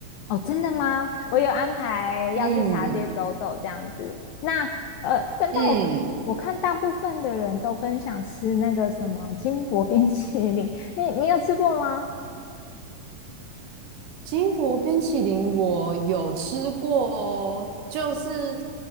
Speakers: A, on the left (about 80°); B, on the right (about 75°).
A: 哦，真的吗？我有安排要去茶街走走这样子。
B: 嗯
A: 那呃，但但我我看大部分的人都分享吃那个什么金箔冰淇淋，
B: 嗯。
A: 你你有吃过吗？
B: 金箔冰淇淋我有吃过哦，就是